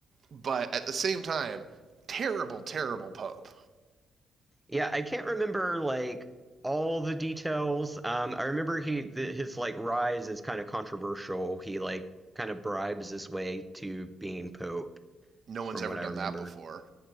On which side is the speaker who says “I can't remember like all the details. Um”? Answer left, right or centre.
Centre